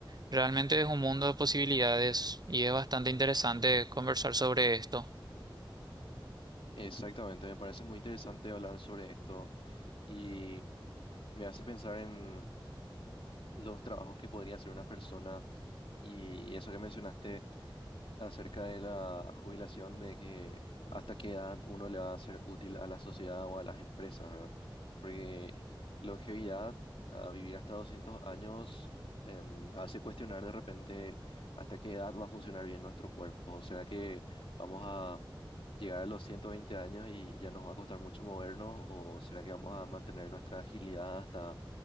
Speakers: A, on the right; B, on the left.
A: Realmente es un mundo de posibilidades y es bastante interesante conversar sobre esto.
B: Exactamente, me parece muy interesante hablar sobre esto y me hace pensar en los trabajos que podría hacer una persona y eso que mencionaste. acerca de la jubilación, de que hasta qué edad uno le va a ser útil a la sociedad o a las empresas, ¿verdad? Porque longevidad, a vivir hasta 200 años, em, hace cuestionar de repente hasta qué edad va a funcionar bien nuestro cuerpo. ¿Será que vamos a llegar a los 120 años y ya nos va a costar mucho movernos? ¿O será que vamos a mantener nuestra agilidad hasta,